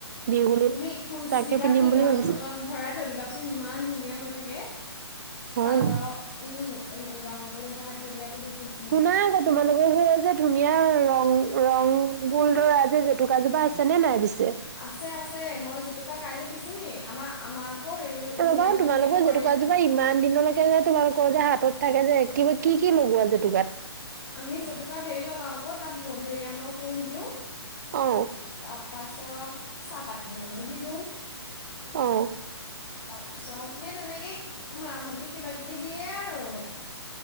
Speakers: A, on the right; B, on the left.
A: বিহু বুলি
B: তুমি কোচ
A: তাকে
B: কিটা
A: পিন্ধিম
B: দি
A: বুলি
B: গাঁৰুৰ
A: ভাবিছো
B: তলত ভৰাই থৈ দিবাচোন ইমান ধুনীয়া হৈ থাকে। চাদৰ
A: হয় নি?
B: উম গাঁৰুৰ তলত ভৰাই থৈ দিয়াতো বহুত ধুনীয়া।
A: শুনা আকৌ তোমালোকৰ হেই যে ধুনীয়া ৰং ৰংবুলধৰা যে জেতুকাজোপা আছেনে নাই পিছে?
B: আছে, আছে। মই জেতুকা কাইলৈ পিচিমেই, আমাৰ আমাক অ হেৰি <unintelligible>
A: ৰ'বা
B: দিনাখনি
A: তোমালোকৰ
B: এইবোৰ কৰে
A: জেতুকা
B: নহয়
A: জোপা ইমান দিনলৈকে যে তোমালোকৰ যে হাতত থাকে যে কিবা কি কি লগোৱা জেতুকাত?
B: আমি জেতুকাত হেৰি লগাওঁ আকৌ, তাত মধুৰিআমৰ কোঁহ দিওঁ।
A: অঁ।
B: তাৰপাছত চাহপাত কেইটামানো দি দিওঁ
A: অ'
B: তাৰপিছত সেই তেনেকেই মাহঁতে কিবাকিবি দিয়ে আৰু।